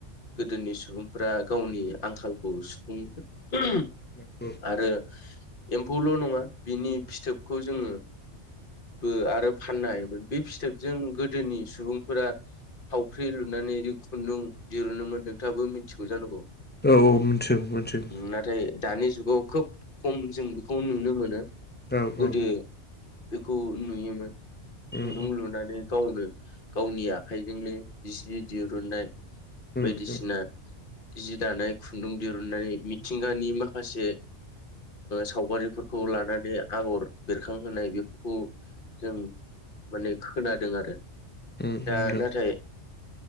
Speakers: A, on the left; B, on the left.
A: गोदोनि सुबुंफ्रा गावनि आंखालखौ सुफुं <inaudible>
B: नंगौ
A: आरो एम्फौल नङा बिनि फिथोबखौ जोङो बो आरो फाननो हायोमोन बे फिथोब जों गोदोनि सुबुंफोरा थावख्रि लुनानै खुन्दुं दिरुनोमोन नोंथाङाबो मिथिगौ जानांगौ
B: औ औ मिथियो मिथियो
A: नाथाय दानि जुगाव खोब खम जों बेखौ नुनो मोनो।
B: औ
A: गोदो
B: औ
A: बेखौ नुयोमोन
B: उम
A: खुन्दुं लुनानै गावनो गावनि आखाइजोंनो जि दिरुननाय
B: उम
A: बायदिसिना
B: उम
A: जि दानाय खुन्दुं दिरुननानै मिथिंगानि माखासे सावगारिफोरखौ लानानै आगर बेरखांहोनाय बेफोरखौ जों माने खोनादों आरो
B: उम
A: दा
B: नंगौ
A: नाथाय